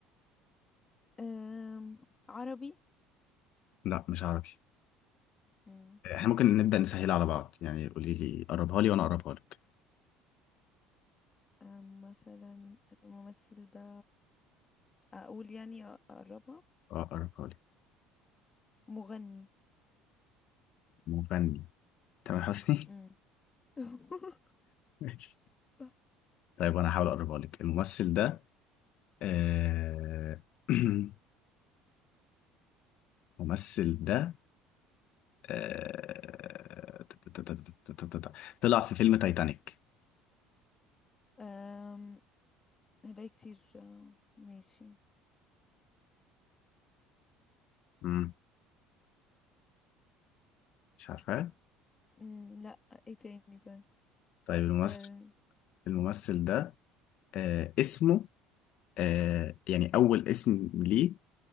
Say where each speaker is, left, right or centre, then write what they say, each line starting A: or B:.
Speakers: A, on the left; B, on the left.
A: أم عربي
B: لا مش عربي
A: مم.
B: احنا ممكن نبدأ نسهل على بعض يعني قولي لي قربها لي وانا اقربها لك
A: أم مثلا الممثل ده أقول يعني أقربها
B: اه قربها لي
A: مغني
B: مغني تامر حسني
A: مم. <laughs>
B: ماشي
A: صح
B: طيب انا هحاول اقربها لك الممثل ده آه... <clears throat> الممثل ده آه... تا- تا- تا- تا- تا- تا- تا- تا- طلع في فيلم تايتانيك
A: أم هبقى كتير آه، ماشي
B: مم. مش عارفه
A: مم، لا ايه تاني طيب
B: طيب الممثل
A: أم
B: الممثل ده آه... اسمه آه... يعني اول اسم ليه